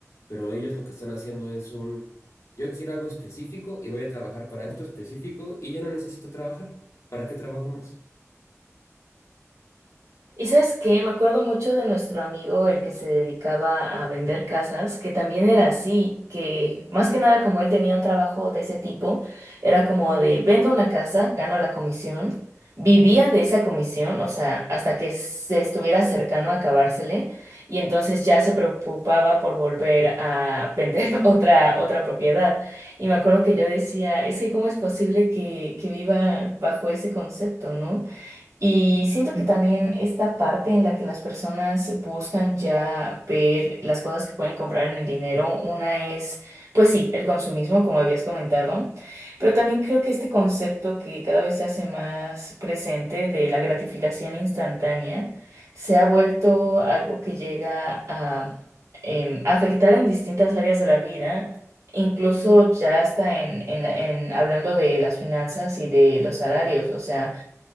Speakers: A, on the left; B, on the right.
A: Pero ellos lo que están haciendo es un, yo quiero algo específico y voy a trabajar para esto específico y ya no necesito trabajar. ¿Para qué trabajo más?
B: ¿Y sabes qué? Me acuerdo mucho de nuestro amigo, el que se dedicaba a vender casas, que también era así, que más que nada como él tenía un trabajo de ese tipo, era como de vendo una casa, gano la comisión, vivía de esa comisión, o sea, hasta que se estuviera cercano a acabársele, y entonces ya se preocupaba por volver a vender <laughs> otra, otra propiedad. Y me acuerdo que yo decía, es que ¿cómo es posible que, que viva bajo ese concepto, ¿no? Y siento que también esta parte en la que las personas buscan ya ver las cosas que pueden comprar en el dinero, una es, pues sí, el consumismo, como habías comentado, pero también creo que este concepto que cada vez se hace más presente de la gratificación instantánea se ha vuelto algo que llega a em, afectar en distintas áreas de la vida. Incluso ya hasta en, en, en hablando de las finanzas y de los salarios, o sea,